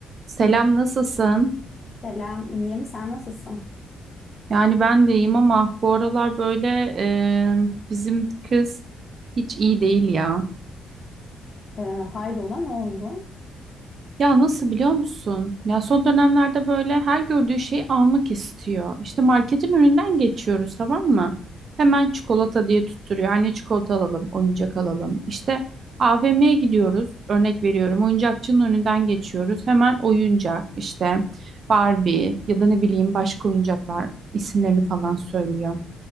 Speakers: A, on the right; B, on the left.
A: Selam, nasılsın?
B: Selam, iyiyim. Sen nasılsın?
A: Yani ben de iyiyim ama bu aralar böyle e, bizim kız hiç iyi değil ya.
B: Ee, hayrola, ne oldu?
A: Ya nasıl biliyor musun? Ya son dönemlerde böyle her gördüğü şeyi almak istiyor. İşte marketin önünden geçiyoruz tamam mı? Hemen çikolata diye tutturuyor. Anne çikolata alalım, oyuncak alalım. İşte AVM'ye gidiyoruz. Örnek veriyorum. Oyuncakçının önünden geçiyoruz. Hemen oyuncak işte Barbie ya da ne bileyim başka oyuncaklar isimlerini falan söylüyor.